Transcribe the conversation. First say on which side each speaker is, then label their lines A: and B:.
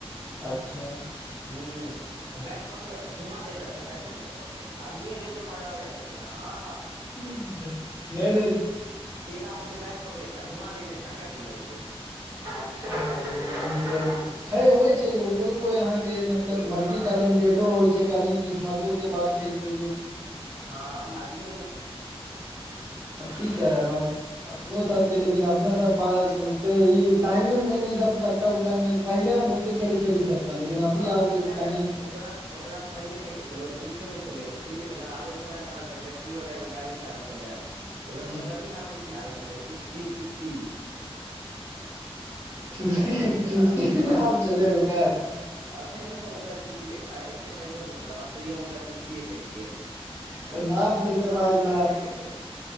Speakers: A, on the right (about 25°); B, on the right (about 75°).
A: अच्छा
B: हूं बैट पकड़ घुमा देत आ छक्का चलि जायत आदमीए देख के पगला जाइ छै ओकरा हँ
A: नहि नहि
B: टेरा हाथ से बैट पकरे छै आ घुमा दै छै छक्का चलि जाइ छै
A: <unintelligible> छै होइ छै यौ कोई कोई अहाँ के मतलब
B: कोइ कोइ
A: मल्टीटैलेंटेडो
B: हँ
A: होइ छै कनि किस्मत तो के बात छै इ
B: हँ आदमी
A: अब की क रहे है ब अपनो सबके लेकिन अपना सा पास ओते इ टाइमे मेन ई सब उ उटा मे पहिले हम बहुते खेल चलि सकता लेकिन अभी
B: हँ
A: आब
B: पता
A: कनि
B: य ओकरा ओकरा मे पहिले देखे छले ओ कुछो नहि छलै ओ फीलड मे न आबै छले ने तऽ बैटरी वाला एगो गाड़ी से आबै छलै ओकरा
A: हूं
B: सब कथी नाम से चिड़बे छै चुसकी चुसकी
A: चुसकी
B: अरे इधर
A: चुसकी
B: आ हँ
A: नाम छले ओकर
B: अखनो सब ओकरा चुसकी छै एते पैसा छै ओकरा पास तैयों ओकरा चुसकी कहे छै
A: तऽ नाम छै त भाइ
B: उमर
A: नाम
B: मे पैघ हेतै ओ